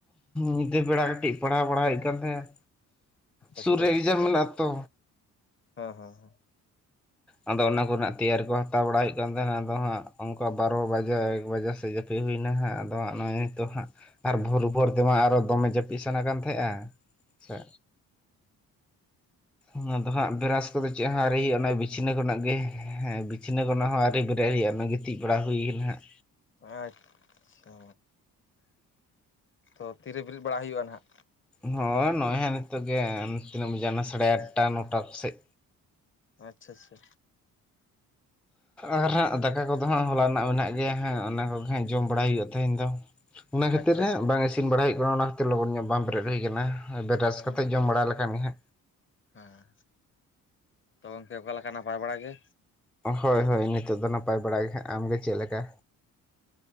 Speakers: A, in the centre; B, on the left (about 30°).
A: ᱧᱤᱫᱟᱹ ᱵᱮᱲᱟ ᱠᱟᱹᱴᱤᱡ ᱯᱟᱲ ᱦᱟᱣ ᱵᱟᱲᱟ ᱦᱳᱭᱚᱜ ᱠᱟᱱ ᱛᱟᱦᱮᱸ᱾
B: ᱟᱪᱪᱷᱟ
A: ᱥᱩᱨ ᱨᱮ
B: ᱟᱪᱪᱷᱟ
A: ᱮᱠᱡᱟᱢ ᱢᱮᱱᱟᱜ ᱛᱚ᱾
B: ᱦᱮᱸ ᱦᱮᱸ ᱦᱮᱸ
A: ᱟᱫᱚ ᱚᱱᱟ ᱠᱚ ᱨᱮᱱᱟᱜ ᱛᱮᱭᱟᱨ ᱠᱚ ᱦᱟᱛᱟᱣ ᱵᱟᱲᱟ ᱦᱳᱭᱳᱜ ᱠᱟᱱ ᱛᱟᱦᱮ ᱱᱟ ᱟᱫᱚ ᱦᱟᱸᱜ ᱚᱱᱠᱟ ᱵᱟᱨᱚ ᱵᱟᱡᱮ ᱮᱠ ᱵᱟᱡᱮ ᱥᱮᱫ ᱡᱟᱯᱤᱫ ᱦᱩᱭ ᱮᱱᱟ ᱦᱟᱸᱜ ᱟᱫᱚ ᱦᱟᱜ ᱱᱚᱜᱼᱚᱭ ᱱᱤᱛᱚᱜ ᱦᱟᱸᱜ ᱟᱨ ᱵᱷᱳᱨ ᱵᱷᱳᱨ ᱛᱮ ᱢᱟ ᱟᱨᱚ ᱫᱚ ᱢᱮ ᱡᱟᱹᱯᱤᱫ ᱥᱟᱱᱟ ᱠᱟᱱ ᱛᱟᱦᱮᱸᱡᱼᱟ ᱟᱪᱪᱷᱟ ᱚᱱᱟ ᱫᱚ ᱦᱟᱸᱜ ᱵᱨᱟᱥ ᱠᱚ ᱫᱚ ᱪᱮᱫ ᱦᱚᱸ ᱟᱣᱨᱤ ᱦᱳᱭᱳᱜᱼᱟ ᱱᱚᱜ-ᱚᱭ <unintelligible> ᱵᱤᱪᱱᱟᱹ ᱠᱷᱚᱱᱟᱜ ᱜᱮ ᱦᱮᱸ ᱵᱤᱪᱷᱱᱟᱹ ᱠᱷᱚᱱᱟᱜ ᱦᱚᱸ ᱟᱣᱨᱤ ᱵᱮᱨᱮᱫ ᱦᱳᱭᱳᱜ-ᱟ ᱚᱱᱟ ᱜᱤᱛᱤᱡ ᱵᱟᱲᱟ ᱦᱩᱭ ᱠᱟᱱᱟ ᱦᱟᱜ
B: ᱟᱪᱪᱷᱟ ᱛᱚ ᱛᱤᱨᱮ ᱵᱤᱨᱤᱫ ᱵᱟᱲᱟ ᱦᱩᱭᱩᱜᱼᱟ ᱱᱟᱦᱟᱜ?
A: ᱱᱚᱳᱭ ᱱᱚᱜᱼᱚᱭ ᱦᱟᱜ ᱱᱤᱛᱚᱜ ᱜᱮ ᱛᱤᱱᱟᱹᱜ ᱵᱟᱡᱟᱣ ᱱᱟ ᱥᱟᱲᱮ ᱟᱴᱴᱟ ᱱᱚᱴᱟ ᱥᱮᱫ
B: ᱟᱪᱪᱷᱟ ᱟᱪᱪᱷᱟ
A: ᱟᱨ ᱦᱟᱸᱜ ᱫᱟᱠᱟ ᱠᱚ ᱫᱚ ᱦᱟᱸᱜ ᱦᱚᱞᱟ ᱨᱮᱱᱟᱜ ᱢᱮᱱᱟᱜ ᱜᱮᱭᱟ ᱦᱟᱸᱜ ᱚᱱᱟ ᱠᱚ ᱜᱮ ᱦᱟᱸᱜ ᱡᱚᱢ ᱵᱟᱲᱟᱭ ᱦᱩᱭᱩᱜ ᱛᱟᱦᱮᱱ ᱫᱚ᱾ ᱚᱱᱟ ᱠᱷᱟᱹᱛᱤᱨ
B: ᱟᱪᱪᱷᱟ
A: ᱨᱮ
B: ᱟᱪᱪᱷᱟ
A: ᱵᱟᱝ ᱤᱥᱤᱱ ᱵᱟᱲᱟ ᱦᱳᱭᱳᱜ ᱠᱟᱱᱟ ᱚᱱᱟ ᱠᱷᱟᱹᱛᱤᱨ ᱞᱚᱜᱚᱱ ᱧᱚᱜ ᱵᱟᱝ ᱵᱮᱨᱮᱫ ᱦᱩᱭ ᱟᱠᱟᱱᱟ ᱵᱨᱟᱥ
B: ᱦᱩᱸ
A: ᱠᱟᱛᱮ ᱡᱚᱢ ᱵᱟᱲᱟ ᱞᱮ ᱠᱷᱟᱱ ᱜᱮ
B: ᱦᱮᱸ ᱛᱚ ᱜᱚᱝᱠᱮ ᱚᱠᱟ ᱞᱮᱠᱟ ᱱᱟᱯᱟᱭ ᱵᱟᱲᱟ ᱜᱮ?
A: ᱦᱳᱭ ᱦᱳᱭ ᱱᱤᱛᱚᱜ ᱫᱚ ᱱᱟᱯᱟᱭ ᱵᱟᱲᱟᱭ ᱜᱮ, ᱟᱢ ᱜᱮ ᱪᱮᱫ ᱞᱮᱠᱟ᱾